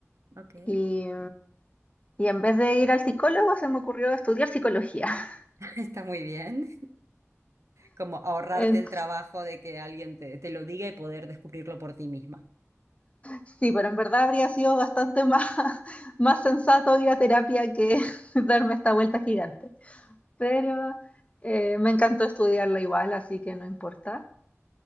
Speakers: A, on the right; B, on the left.
A: Ok,
B: y, y en vez de ir al psicólogo se me ocurrió estudiar psicología. <laughs>
A: <laughs> está muy bien. Como ahorrarte
B: En-
A: el trabajo de que alguien te, te lo diga y poder descubrirlo por ti misma.
B: sí, pero en verdad habría sido bastante más, <laughs> más sensato ir a terapia que <laughs> darme esta vuelta gigante. Pero eh, me encantó estudiarla igual, así que no importa.